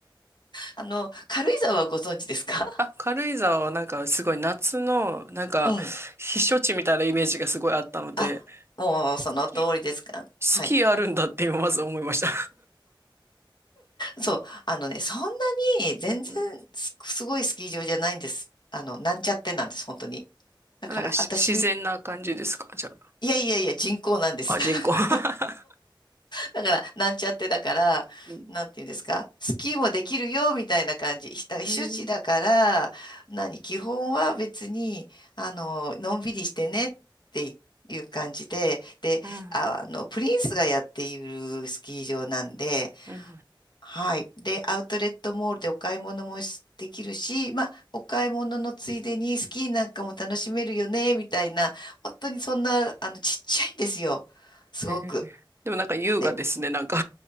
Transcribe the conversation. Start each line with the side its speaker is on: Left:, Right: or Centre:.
Left: あの、軽井沢はご存知ですか
Right: あ、軽井沢はなんかすごい夏の、なんか、
Left: <laughs> うん。
Right: 避暑地みたいなイメージがすごいあったので、
Left: あ、もうその通りですか。
Right: スキスキーあるんだって今まず思いました。
Left: はい。そう。あのね、そんなに全然す、
Right: <laughs>
Left: すごいスキー場じゃないんです。あの、なんちゃってなんです、本当に。だから、
Right: なんかし自然な感じですかじゃ
Left: 私み、いやいやいや、人工なんです。
Right: あ。あ、人工。
Left: <laughs>
Right: <laughs>
Left: だから、なんちゃってだから、
Right: うん。
Left: なんていうんですか、スキーもできるよ、みたいな感じ。ひた避暑地だから、
Right: へえ。
Left: 何、基本は別に、あの、のんびりしてねっていう感じで、で、
Right: うん。
Left: あ、あの、プリンスがやっているスキー場なんで、
Right: うん。
Left: はい。で、アウトレットモールでお買い物もしできるし、まあ、お買い物のついでにスキーなんかも楽しめるよね、みたいな、本当にそんな、あの、ちっちゃいんですよ。すごく。
Right: へえ。でもなんか優雅ですね、
Left: で
Right: なんか